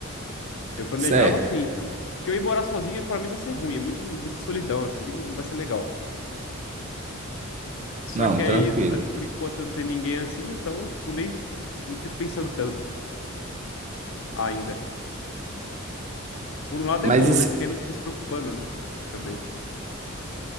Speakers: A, on the left (about 65°); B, on the right (about 35°).
A: Eu planejava
B: certo.
A: assim, porque eu ir morar sozinho pra mim vai ser ruim, é muito muita solidão assim, não vai ser legal. Só
B: Não,
A: que
B: tranquilo.
A: aí a- por enquanto não tem ninguém assim, então tipo nem não fico pensando tanto ainda. Por um lado
B: Mas
A: é bom,
B: e
A: né?
B: se,
A: Que aí não fica se preocupando, né? Também.